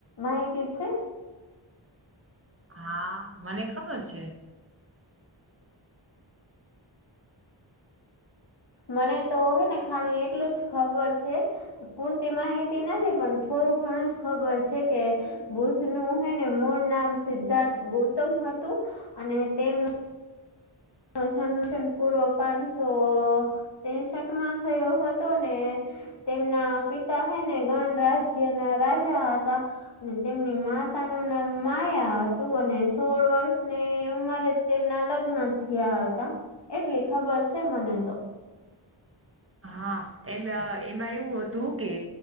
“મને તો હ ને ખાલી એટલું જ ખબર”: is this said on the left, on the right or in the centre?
Left